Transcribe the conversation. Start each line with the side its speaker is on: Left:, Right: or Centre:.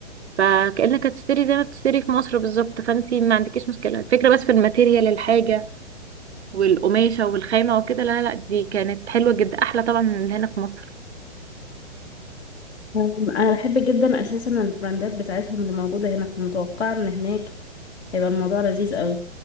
Right: فكأنك هتشتري زي ما بتشتري في مصر بالظبط فانتي ما عندكيش مشكلة الفكرة بس في الماتيريال الحاجة والقماشة والخامة وكده لا لا دي كانت حلوة جدا أحلى طبعا من اللي هنا في مصر
Left: أم، انا بحب جدا اساسا البراندات بتاعتهم اللي موجودة هنا فمتوقعة ان هناك هيبقى الموضوع لذيذ قوي